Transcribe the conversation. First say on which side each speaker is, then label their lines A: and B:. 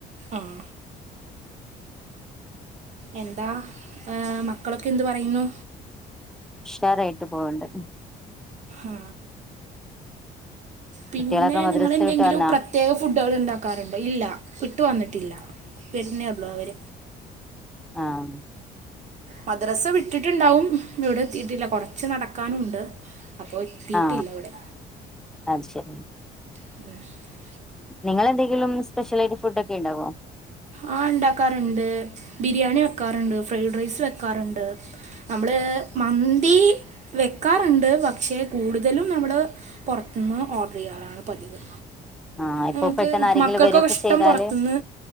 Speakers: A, on the right; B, in the centre.
A: ആഹ എന്താ ഏ മക്കളൊക്കെ എന്ത് പറയുന്നു
B: ഉഷാറായിട്ട് പോകണ്ട്
A: ആഹ പിന്നെ
B: കുട്ടികളൊക്കെ മദ്രസ
A: നിങ്ങളെന്തെങ്കിലും
B: വിട്ട് വന്നാ
A: പ്ര പ്രത്യേക ഫുഡുകൾ ഉണ്ടാക്കാറുണ്ട് ഇല്ല ഇട്ടു വന്നിട്ടില്ല വരുന്നേള്ളൂ അവർ
B: ആഹ
A: മദ്രസ വിട്ടിട്ടുണ്ടാവും ഇവിടെ എത്തിീട്ടില്ല കുറച്ച് നടക്കാനുണ്ട് അപ്പോൾ എത്തിയിട്ടില്ല
B: ആ
A: ഇവിടെ
B: അത് ശരി
A: ആഹ <unintelligible>
B: നിങ്ങൾെന്തെങ്കിലും സ്പെഷ്യലായിട്ട് ഫുഡ് ഒക്കെ ഉണ്ടാവോ
A: ആ ഉണ്ടാക്കാറുണ്ട് ബിരിയാണി വെക്കാറുണ്ട് ഫ്രൈഡ് റൈസ് വെക്കാറുണ്ട് നമ്മൾ മന്തി വെക്കാറുണ്ട് പക്ഷേ കൂടുതലും നമ്മൾ പുറത്തുനിന്ന് ഓർഡർ ചെയ്യാറാണ് പതിവ്
B: ആഹ് ഇപ്പൊ
A: നമുക്ക്
B: പെട്ടെന്ന് ആരെങ്കിലും
A: മക്കൾക്കൊക്കെ
B: വരൊക്കെ
A: ഇഷ്ടം
B: ചെയ്താല്
A: പുൊറത്തുന്ന്